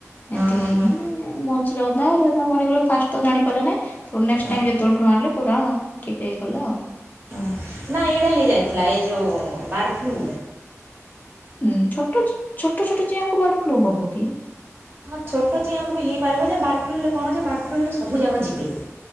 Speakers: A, on the right; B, on the left.
A: ହଁ
B: ଏମିତି
A: ହଁ
B: ହେଇ
A: ହଁ
B: ହେଇ ବଞ୍ଚିଲେ ଅଧା ଆହୁରି ଅଧା ମରିଗଲେ ଫାଷ୍ଟ ତ ଜାଣି ପାରିଲେ ନାଇଁ। ପୁଣି ନେକ୍ସଟ
A: ହଁ
B: ଟାଇମ
A: ହଁ
B: ଯେତେବେଳେଠୁ ଆଣିଲେ ପୁରା ଠିକ୍ ହେଇଗଲା।
A: ଓହୋ ନାଁ ଏଇଡା ହେଇଯାଇଥିଲା ଏ ଯୋଉ ବାର୍ଡ଼ ଫ୍ଲୁ।
B: ଉୁଁ ଛୋଟଚ ଛୋଟ ଛୋଟ ଚିଆଁକୁ ବାର୍ଡ ଫ୍ଲୁ ହବ କି।
A: ହଁ ଛୋଟ ଚିଆଁକୁ ବି ହେଇପାରିବ ଯେ ବାର୍ଡ଼ ଫ୍ଲୁ ହେଲେ କଣ ଯେ ବାର୍ଡ଼ ଫ୍ଲୁ ହେଲେ ସବୁ ଯାକ ଯିବେ।